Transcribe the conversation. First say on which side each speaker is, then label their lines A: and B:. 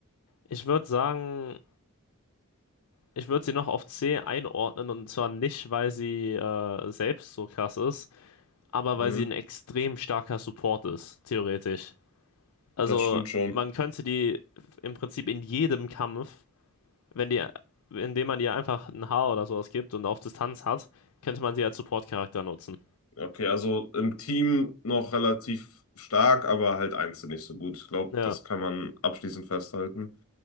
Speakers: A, on the left; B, on the left.
A: ich würde sagen, Ich würde sie noch auf C einordnen und zwar nicht, weil sie äh, selbst so krass ist, aber
B: Mhm.
A: weil sie ein extrem starker Support ist, theoretisch. Also
B: Das stimmt schon.
A: man könnte die im Prinzip in jedem Kampf, wenn die, indem man ihr einfach ein Haar oder sowas gibt und auf Distanz hat, könnte man sie als Support-Charakter nutzen.
B: Okay, also im Team noch relativ stark, aber halt einzeln nicht so gut. Ich glaube,
A: Ja,
B: das kann man abschließend festhalten.